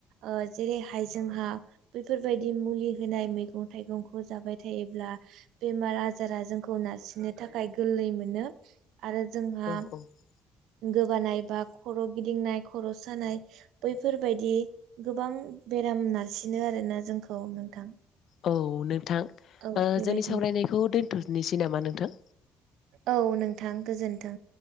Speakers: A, on the right; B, on the left.
A: ओ जेरै जोंहा बेैफोरबायदि मुलि होनाय मैगं थाइगंखौ जाबाय थायोब्ला बे मार आजारा जोंखौ नारसिननो थाखाय गोरलै मोनो आरो जोंहा
B: औ औ
A: गोबानाय बा खर' गिदिंनाय खर' सानाय बैफोरबायदि गोबां बेराम नारसिनो आरोना जोंखौ नोंथां
B: औ नोंथां
A: औ
B: ओ
A: बेबायदिनो
B: जोंनि सावरायनायखौ दोनथ'नोसै नामा नोंथां
A: औ नोंथां गोजोन्थों